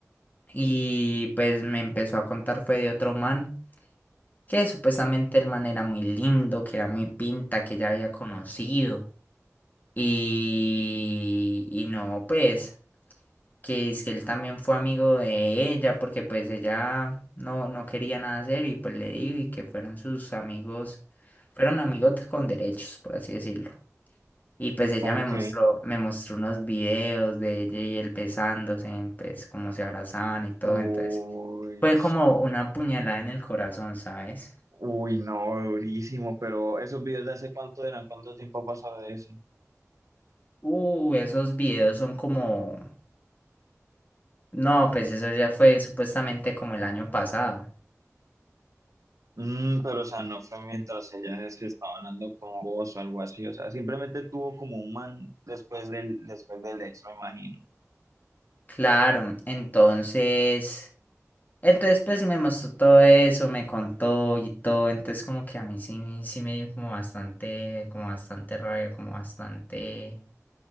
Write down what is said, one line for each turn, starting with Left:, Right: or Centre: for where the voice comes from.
Left: Y pues me empezó a contar fue de otro man, que supuestamente el man era muy lindo, que era muy pinta, que ya había conocido. Y, y no, pues... que es que él también fue amigo de ella porque pues ella no, no quería nada hacer y pues le dijo y que fueron sus amigos, fueron amigos con derechos, por así decirlo. Y pues ella
Right: Ok,
Left: me mostró, me mostró unos videos de ella y él besándose, pues como se abrazaban y todo,
Right: Uy,
Left: entonces fue como una puñalada en el corazón, ¿sabes?
Right: uy, no, durísimo, pero esos videos de hace cuánto eran, cuánto tiempo ha pasado de eso.
Left: Uh, esos videos son como... No, pues eso ya fue supuestamente como el año pasado.
Right: Mm, pero o sea, no fue mientras ella se estaba hablando con vos o algo así, o sea, simplemente tuvo como un man después del, después del ex, me imagino.
Left: Claro, entonces... Entonces, pues me mostró todo eso, me contó y todo. Entonces, como que a mí sí, me- sí me dio como bastante, como bastante rabia, como bastante,